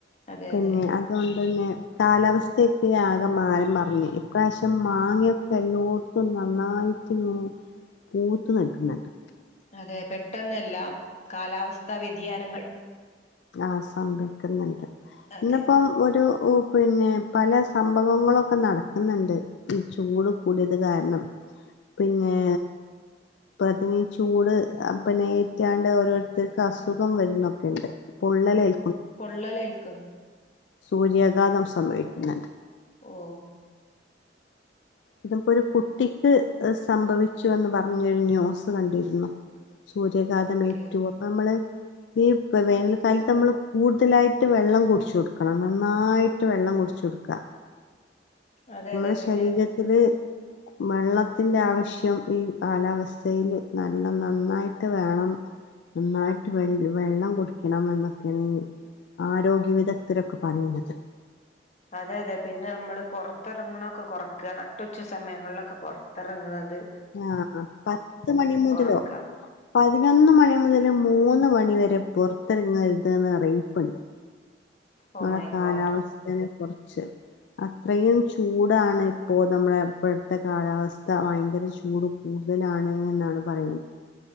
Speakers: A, on the left; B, on the left.
A: അതെ
B: പിന്നെ
A: അതെ
B: അതേണ്ടന്നെ കാലാവസ്ഥക്കെ ആകെ മാറി മറിഞ്ഞ് ഇപ്രാശ്യ മാങ്ങക്കെ എല്ലോട്ത്തും നന്നായിട്ട്ങ്ങനെ പൂത്ത് നിൽകാണാണ്ട്
A: അതെ പെട്ടെന്നെല്ലാം കാലാവസ്ഥാ വ്യതിയാനങ്ങൾ
B: ആഹ് സംഭവിക്ക്ന്ന്ണ്ട്
A: അതെ
B: ഇന്ന്പ്പം ഒരു ഉ പിന്നെ പല സംഭവങ്ങളൊക്കെ നടക്കുന്നുണ്ട് ഈ ചൂട് കൂടിയത് കാരണം പിന്നേ. അപ്പ അതീ ചൂട് അഭിനയിക്കാണ്ട് ഓരോര്ത്തര്ക്ക് അസുഖം വരുന്നൊക്കെണ്ട് പൊള്ളലേൽ
A: പൊള്ളലേൽക്ക്.
B: സൂര്യാഘാതം സംഭവിക്കുന്ന്ണ്ട്
A: ഓഹ്
B: ഇതിപ്പോ ഒരു കുട്ടിക്ക് സംഭവിച്ചു എന്ന് പറഞ്ഞൊരു ന്യൂസ് കണ്ടിരുന്നു സൂര്യാഘാതമേറ്റു
A: ഓക്കെ ഓ
B: അപ്പൊ അമ്മള് ഈ വേനൽക്കാലത്ത് നമ്മള് കൂടുതലായിട്ട് വെള്ളം കുടിച്ചു കൊടുക്കണം നന്നായി റ്റ് വെള്ളം കുടിച്ച് കൊടുക്ക.
A: അതെ
B: നമ്മളെ
A: അതെ പിന്നെ
B: ശരീരത്തില് വെള്ളത്തിന്റെ ആവശ്യം ഈ കാലാവസ്ഥയില് നല്ല നന്നായിട്ട് വേണം. നന്നായിട്ട് വെ വെള്ളം കുടിയ്ക്കണം എന്നൊക്കേണ് ആരോഗ്യ വിദഗ്ദ്ധരൊക്കെ പറയിണത്
A: അതെ അതെ പിന്നെ നമ്മള് പൊറത്തെറങ്ങുണൊക്കെ കൊറക്കാ നട്ടുച്ച സമയങ്ങളിലൊക്കെ പൊറത്തെറങ്ങ്ണത്.
B: ആഹ് ആഹ് പത്ത് മണി മുതലോ
A: കൊറക്കുക
B: പതിനൊന്ന് മണി മുതൽ മൂന്ന് മണി വരെ പൊറത്തെറങ്ങരുത് ന്ന് അറീയിപ്പ്ണ്ട്. നമ്മളെ
A: ഓ മൈ
B: കാലാവസ്ഥനെ
A: ഗോഡ്
B: കുർച്ച് അത്രയും ചൂടാണ് ഇപ്പോ നമ്മടെ ഇപ്പഴത്തെ കാലാവസ്ഥ ഭയങ്കര ചൂടും കൂടുതലാണ് എന്നാണ് പറയുന്നത്